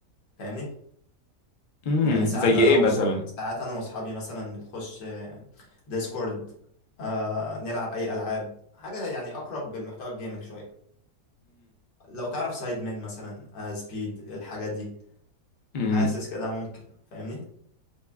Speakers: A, on the left; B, on the left.
A: فاهمني
B: امم
A: يعني ساعات
B: زي
A: انا
B: إيه
A: وصحابي
B: مثلا
A: ساعات انا واصحابي مثلا بنخش آه، ديسكورد آه نلعب اي العاب حاجه يعني اقرب بالمحتوى الجيمنج شويه لو تعرف سايد من مثلا آه سبيد الحاجات دي
B: امم
A: حاسس كده ممكن فاهمني